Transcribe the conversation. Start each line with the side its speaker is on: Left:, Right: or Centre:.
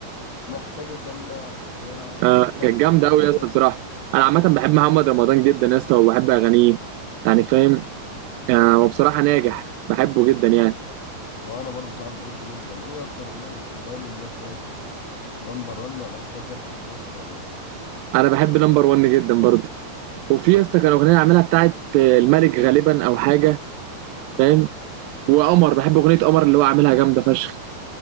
Left: محتاجة سماع ساعة
Right: اه
Left: حلوة
Right: كانت جامده
Left: يا
Right: قوي
Left: جماعة
Right: يا اسطى بصراحه انا عامه بحب محمد رمضان جدا يا اسطى وبحب اغانيه يعني فاهم آه هو بصراحه ناجح بحبه جدا يعني
Left: وأنا برضو صاحب بحبه جدا إيه أكتر أغنية بتحبها له اللي هي بتاعت النمبر 1 ولا أخوة كارت في مصر ولا إيه؟
Right: انا بحب نمبر 1 جدا برضه وفي يا اسطى كان اغنيه عاملها بتاعت آه، الملك غالبا او حاجه فاهم وقمر بحب اغنيه قمر اللي هو عاملها جامده فشخ